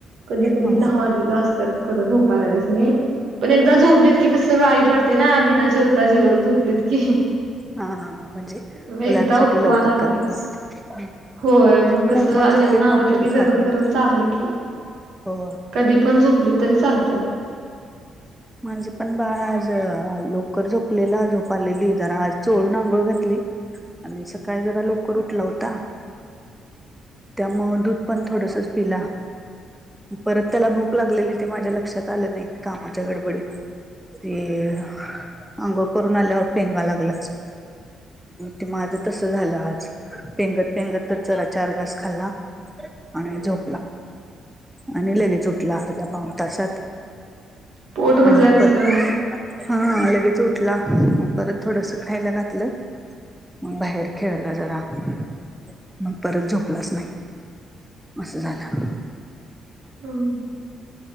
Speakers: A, on the right; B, in the centre.
A: कधी कधी
B: हा
A: दहा वाजलेल असत्यात. खरं झोपायला त्यास्नी, पण एकदा झोपलीत की कसं वाईट वाटतंय ना बिन जेवता जेव झोपलीत की.
B: हा हा म्हणजे
A: मग
B: मुलांसाठी
A: एकदा उठवा
B: लवकर
A: लागलं
B: करायला
A: की
B: लागतय ते.
A: होय कसं
B: नाही मग झोपेत
A: जेवण आवरलं
B: न उठून
A: की
B: खात
A: गरम
B: नाहीत
A: गरम चारलं की
B: हो.
A: कधी पण झोपली तरी चालतेत.
B: माझंपण बाळ आज लवकर झोपलेला, झोप आलेली, जरा आज चोळून आंघोळ घातली. आणि सकाळी जरा लवकर उठला होता. त्यामुळे दूध पण थोडसच पिला. परत त्याला भूक लागलेली ते माझ्या लक्षात आलं नाही कामात. च्या गडबडीत ते अंगोळ करून आल्यावर पेंगा लागलाच. ते माझं तसं झालं आज, पेंगत पेंगत तर चरा चार घास खाल्ला. आणि झोपला आणि लगेच उठला अर्धा पाऊणं तासात.
A: पोट भरल्या
B: आणि
A: नसल्यामुळं
B: परत हां लगेच उठला, परत थोडसं खायला घातलं. मग बाहेर खेळला जरा मग परत झोपलाच नाही. असं झालं.
A: हम्म.